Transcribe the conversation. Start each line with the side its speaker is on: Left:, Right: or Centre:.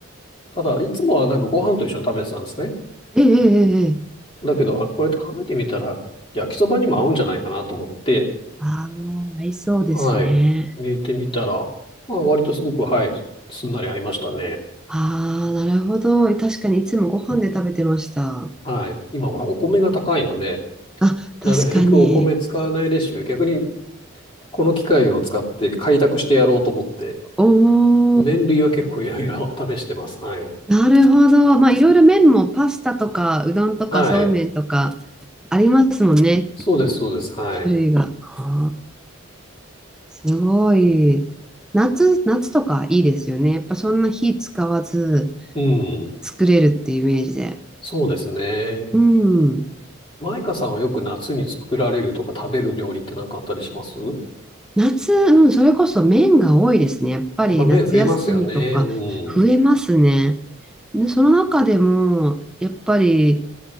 Left: ただ、いつもはなんかご飯と一緒に食べてたんですね。
Centre: ええええええ
Left: だけど、あ、これって考えてみたら、焼きそばにも合うんじゃないかなと思って、
Centre: ああ、合いそうですね。
Left: はい。入れてみたら、まあ、割とすごく、はい、すんなり合いましたね。
Centre: ああ、なるほど。確かにいつもご飯で食べてました。
Left: はい。今はお米が高いので、
Centre: あ、確かに。
Left: なるべくお米使わないレシピ、逆にこの機械を使って開拓してやろうと思って、
Centre: お
Left: 麺類は結構いろいろ
Centre: お、
Left: <laughs> 試してます。はい。
Centre: なるほど。まあ、いろいろ麺もパスタとか、うどんとか、
Left: はい。
Centre: そうめんとか、ありますもんね。
Left: そうです、そうです。はい。
Centre: 種類が。あーすごい。夏、夏とかいいですよね。やっぱそんな火使わず
Left: うん。
Centre: 作れるっていうイメージで。
Left: そうですね。
Centre: うん。
Left: マイカさんはよく夏に作られるとか食べる料理って何かあったりします
Centre: 夏、うん、それこそ麺が多いですね。やっぱり夏休みとか増えますね。
Left: やっぱ麺増えますよね。うん。
Centre: で、その中でも、やっぱり、